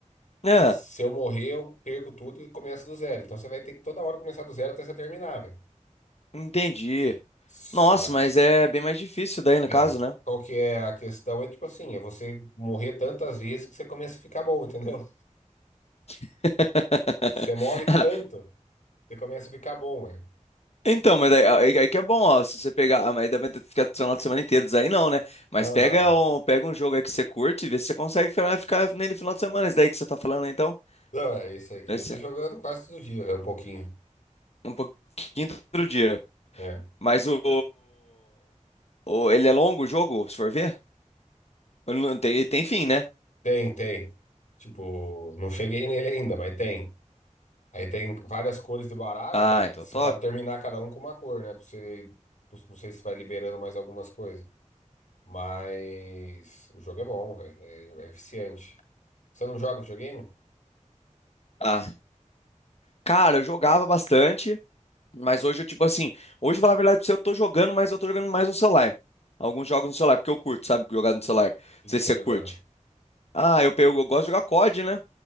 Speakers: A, on the left; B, on the left.
A: É,
B: se eu morrer, eu perco tudo e começo do zero. Então você vai ter que toda hora começar do zero até você terminar, velho.
A: entendi.
B: S-
A: Nossa,
B: a-
A: mas
B: s-
A: é bem mais difícil daí
B: É.
A: no caso, né?
B: Qual que é a questão? É tipo assim, é você morrer tantas vezes que você começa a ficar bom, <laughs> entendeu?
A: <laughs>
B: Você morre tanto, você começa a ficar bom, velho.
A: Então, mas aí, aí- aí que é bom, ó. Se você pegar. ah, Mas aí dá pra ficar do final de semana inteiro, isso aí não, né? Mas
B: Não,
A: pega
B: não.
A: um, pega um jogo aí que você curte e vê se você consegue ficar ficar nele final de semana. Isso daí que você tá falando, né, então.
B: Não, é esse aqui.
A: Esse,
B: Eu tô jogando quase todo dia, é um pouquinho.
A: um pouquinho do outro dia.
B: É.
A: Mas o, o- Ele é longo o jogo, se for ver? Ele não Tem, tem fim, né?
B: Tem, tem. Tipo, não cheguei nele ainda, mas tem. Aí tem várias cores de baralho,
A: Ah,
B: velho.
A: então
B: Você
A: top.
B: pode terminar cada um com uma cor, né? Pra você... Não sei se vai liberando mais algumas coisas. Mas o jogo é bom, velho. É, é eficiente. Você não joga videogame? O
A: Ah, cara, eu jogava bastante, mas hoje eu, tipo assim. Hoje, pra falar a verdade pra você, eu tô jogando, mas eu tô jogando mais no celular. Alguns jogos no celular, porque eu curto, sabe? Jogar no celular. Não
B: que
A: sei
B: que você
A: se
B: tá
A: você
B: jogando?
A: curte. Ah, eu pego, eu gosto de jogar COD, né?